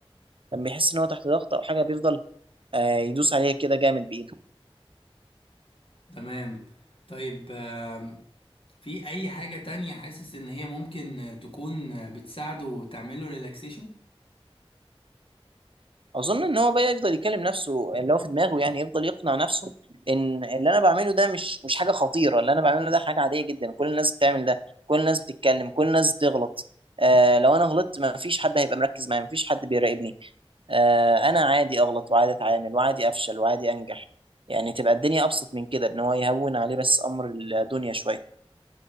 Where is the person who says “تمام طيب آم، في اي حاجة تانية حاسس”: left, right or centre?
Left